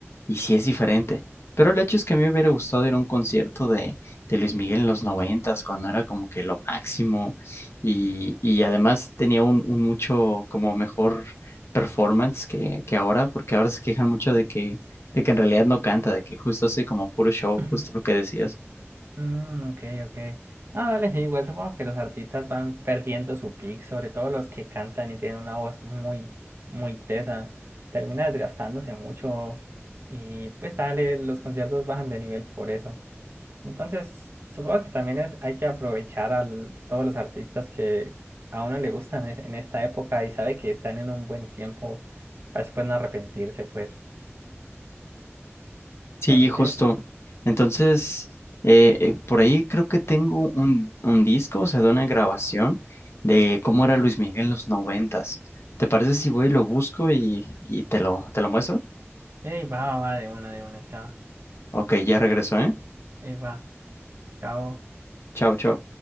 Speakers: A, on the left; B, on the right.
A: y sí es diferente. Pero el hecho es que a mí me hubiera gustado ir a un concierto de, de Luis Miguel en los noventas, cuando era como que lo máximo y, y además tenía un, un mucho como mejor performance que, que ahora, porque ahora se quejan mucho de que, de que en realidad no canta, de que justo hace como puro show,
B: <laughs>
A: justo lo que decías.
B: Mm, ok, ok. No, dale, sí, igual supongo que los artistas van perdiendo su pick, sobre todo los que cantan y tienen una voz muy, muy tesa. Termina desgastándose mucho y pues dale, los conciertos bajan de nivel por eso. Entonces, supongo que también es, hay que aprovechar a todos los artistas que a uno le gustan en en esta época y sabe que están en un buen tiempo para después no arrepentirse, pues.
A: Sí,
B: Entonces,
A: justo. Entonces, eh, eh, por ahí creo que tengo un, un disco, o sea, de una grabación de cómo era Luis Miguel en los noventas. ¿Te parece si voy y lo busco y, y te lo, te lo muestro?
B: ey, va, va, va, de una, de una, chao.
A: Ok, ya regreso, ¿eh?
B: Ey, va, chao.
A: Chao, chao.